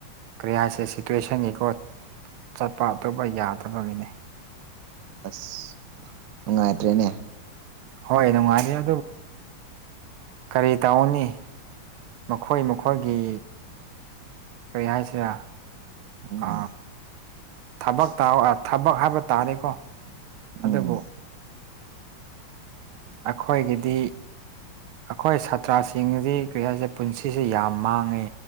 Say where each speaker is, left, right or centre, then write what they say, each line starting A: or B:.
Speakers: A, on the right; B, on the right.
A: ꯀ꯭ꯔꯤꯌꯥꯁꯦ ꯁꯤꯇꯨꯋꯦꯁꯟꯒꯤꯀꯣ ꯆꯠꯄ ꯑꯇꯣꯞꯄ ꯌꯥꯗꯕꯒꯤꯅꯦ
B: ꯑꯁ ꯅꯨꯡꯉꯥꯏꯇ꯭ꯔꯦꯅꯦ
A: ꯍꯣꯏꯗ ꯃꯥꯔꯤꯗ ꯀꯔꯤ ꯇꯧꯧꯅꯤ ꯃꯈꯣꯏ ꯃꯈꯣꯏꯒꯤ ꯀꯔꯤ ꯍꯥꯏꯁꯤꯔ
B: ꯎꯝ
A: ꯑ ꯊꯕꯛ ꯊꯕꯛ ꯍꯥꯏꯕ ꯇꯥꯔꯦꯀꯣ
B: ꯎꯝ
A: ꯑꯗ ꯄꯣ ꯑꯩꯈꯣꯏꯒꯤꯗꯤ ꯑꯩꯈꯣꯏ ꯁꯥꯇ꯭ꯔꯁꯤꯡꯗꯤ ꯀꯔꯤ ꯍꯥꯏꯁꯦ ꯄꯨꯟꯁꯤꯁꯦ ꯌꯥꯝ ꯃꯥꯡꯉꯤ